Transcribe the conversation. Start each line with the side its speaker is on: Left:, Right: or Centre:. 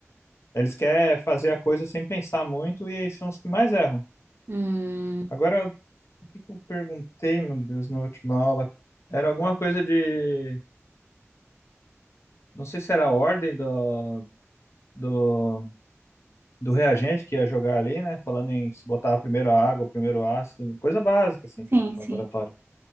Left: eles querem fazer a coisa sem pensar muito e eles são os que mais erram.
Right: Hum.
Left: Agora, O que que eu perguntei, meu Deus, na última aula? Era alguma coisa de. Não sei se era a ordem do, do, do reagente que ia jogar ali, né? Falando em se botar primeiro a água, primeiro o ácido, coisa básica, assim, para
Right: Sim,
Left: laboratório.
Right: sim.